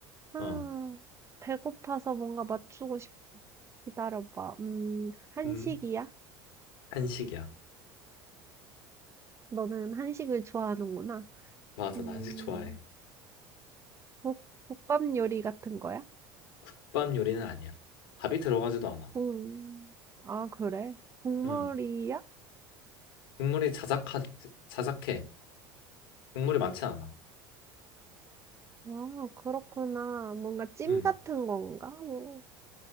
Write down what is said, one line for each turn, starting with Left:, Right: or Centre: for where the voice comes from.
Right: 아,
Left: 어,
Right: 배고파서 뭔가 맞추고 싶어. 기다려봐. 음, 한식이야?
Left: 음, 한식이야.
Right: 너는 한식을 좋아하는구나.
Left: 맞아,
Right: 음,
Left: 나 한식 좋아해.
Right: 국, 국밥 요리 같은 거야?
Left: 국밥 요리는 아니야. 밥이 들어가지도 않아.
Right: 음, 아, 그래? 국물이야?
Left: 음, 국물이 자작하, 자작해. 국물이 많지 않아.
Right: 아, 그렇구나. 뭔가 찜
Left: 음,
Right: 같은 건가? 뭐.